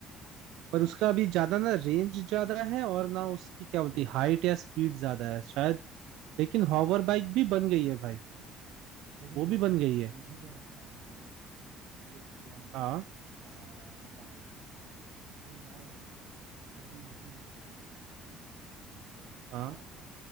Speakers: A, on the right; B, on the right.
A: पर
B: और
A: उसका अभी ज्यादा ना रेंज ज्यादा है और ना उसकी क्या बोलती है हाइट या स्पीड ज्यादा है शायद लेकिन हॉवर बाइक भी बन गई है भाई
B: लेकिन
A: वो
B: मुझे
A: भी बन गई है
B: मुझे क्या लगता है ना भाई ये फ्लाइंग
A: हाँ
B: कार बाइक्स ये यार सही नहीं है
A: हाँ
B: है ना